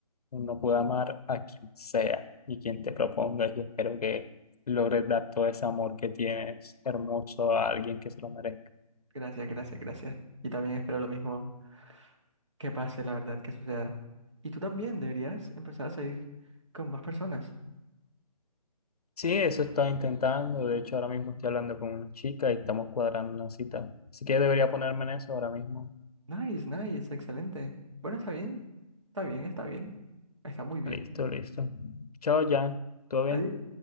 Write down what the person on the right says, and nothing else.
Gracias, gracias, gracias. Y también espero lo mismo que pase, la verdad, que suceda. Y tú también deberías empezar a salir con más personas.
Nice, nice, excelente. Bueno, está bien, está bien, está bien, está muy bien.
Adiós.